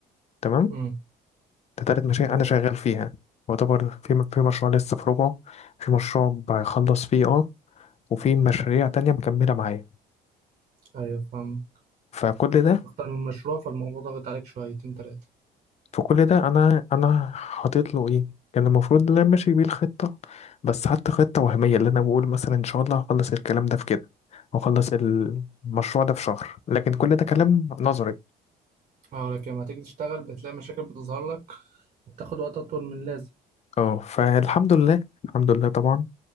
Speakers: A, on the left; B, on the right.
A: تمام
B: امم
A: ده تالت مشاريع
B: تمام
A: أنا شغال فيها يعتبر في في مشروع لسه في ربعه في مشروع بخلص فيه اه وفي مشاريع تانية مكملة معايا
B: ايوه فاهم
A: فكل ده
B: اختار من مشروع فالموضوع ضاغط عليك شويتين تلاتة
A: في كل ده أنا أنا حاطط له إيه كان المفروض إن أنا ماشي بيه الخطة بس حتى خطة وهمية اللي أنا بقول مثلا إن شاء الله هخلص الكلام ده في كده وأخلص المشروع ده في شهر لكن كل ده كلام نظري
B: اه لكن لما تيجي تشتغل بتلاقي مشاكل بتظهر لك بتاخد وقت اطول من اللازم
A: اه فالحمد لله الحمد لله طبعا